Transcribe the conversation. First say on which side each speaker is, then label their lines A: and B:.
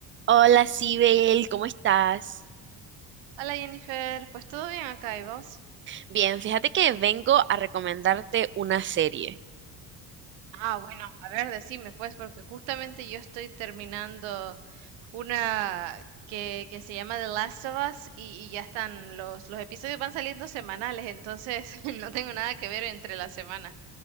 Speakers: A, on the right; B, on the right.
A: Hola, Sibel, ¿cómo estás?
B: Hola Jennifer, pues todo bien acá y vos.
A: Bien, fíjate que vengo a recomendarte una serie.
B: Ah, bueno, a ver, decime pues, porque justamente yo estoy terminando una que, que se llama The Last of Us y, y ya están, los, los episodios van saliendo semanales, entonces <laughs> no tengo nada que ver entre la semana.